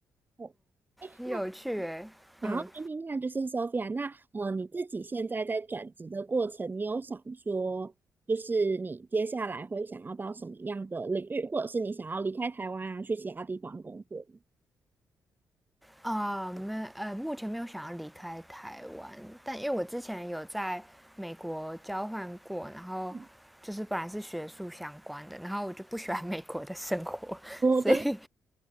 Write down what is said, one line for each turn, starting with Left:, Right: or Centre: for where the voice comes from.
Right: 我哎，
Centre: 很有趣诶，
Right: 那然后听听看，
Centre: 嗯
Right: 就是 Sophia，那呃，你自己现在在转职的过程，你有想说，就是你接下来会想要到什么样的领域，或者是你想要离开台湾啊，去其他地方工作？
Centre: 啊，没呃，目前没有想要离开台湾，但因为我之前有在美国交换过，然后就是本来是学术相关的，
Right: <laughs>
Centre: 然后我就不喜欢美国的生活，所以
Right: 我真的，